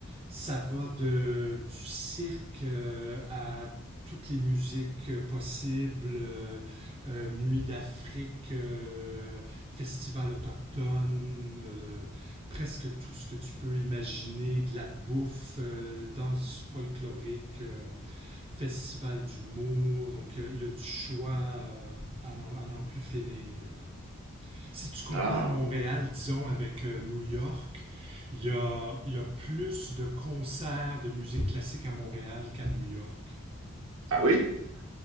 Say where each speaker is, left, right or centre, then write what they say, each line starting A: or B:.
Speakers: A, on the right (about 25°); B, on the right (about 75°).
A: Ça va de, du cirque euh, à toutes les musiques euh, possibles, euh, euh, Nuit d'Afrique, euh, Festival autochtone, euh, presque tout ce que tu peux imaginer, de la bouffe, euh, danse folklorique, euh, Festival d'humour, donc euh, il y a du choix euh, à n'en à n'en plus finir. Si tu compares
B: Ah,
A: Montréal, disons, avec euh, New York, il y a, il y a plus de concerts de musique classique à Montréal qu'à New York.
B: ah oui?